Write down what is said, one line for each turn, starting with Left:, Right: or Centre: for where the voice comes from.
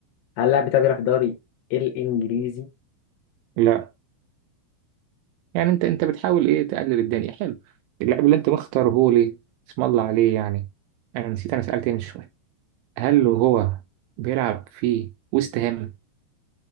Left: هل اللاعب بتاعي بيلعب في الدوري الإنجليزي؟
Right: لا يعني انت انت بتحاول ايه تقلل الدنيا حلو اللاعب اللي انت مختاره ليه اسم الله عليه يعني انا نسيت انا سألت من شويه هل هو بيلعب في وست هام